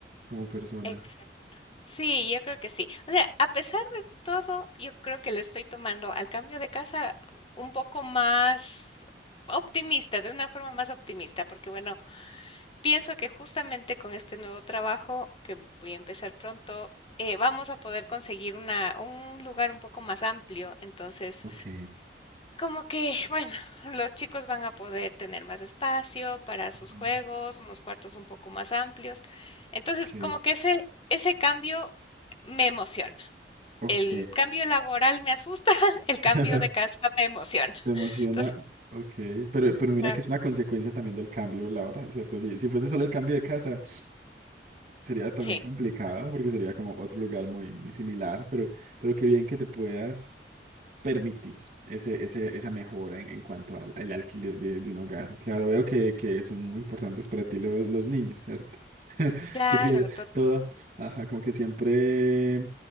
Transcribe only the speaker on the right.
como persona.
Ok.
ujú.
Ok,
ok.
<laughs>
Te emociona.
Ok, pero, pero mira
que es una consecuencia también del cambio laboral, ¿cierto? Si, si fuese solo el cambio de casa, sería también
complicado porque sería como otro lugar muy, muy similar, pero, pero qué bien que te puedas. permitir ese, ese- esa mejora en, en cuanto al, al alquiler de, de un hogar. Claro, veo que, que son muy importantes para ti lo- los niños, ¿cierto? <laughs>
¿Qué piensas? Todo, ajá, como que siempre,